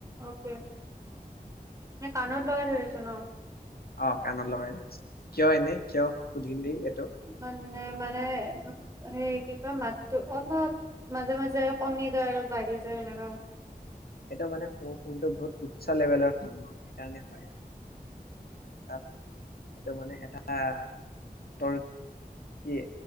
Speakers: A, on the right; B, on the left.
A: অকে নে কাণত লগাই থৈ দিছ ন
B: অ কাণত লগাইছো কিয় এনে কিয় সুধিলি এইটো
A: বাল মে মানে হেই কি কই হে কিবা মাততো অলপ মাজে মাজে কমি যায় অলপ বাঢ়ি যায় সেনেকে
B: সেইটো মানে মোৰ ফোনটো বহুত উচ্চ লেভেলৰ ফোন হয় সেইকাৰণে হয় ত এইটো মানে এটা ত কি